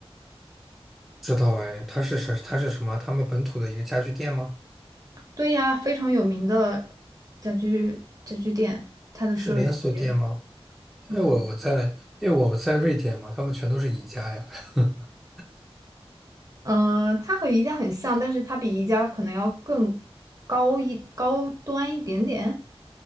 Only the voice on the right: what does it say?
对呀，非常有名的家居家居店，它的设计，
嗯。
嗯、呃它和宜家很像，但是它比宜家可能要更高一高端一点点。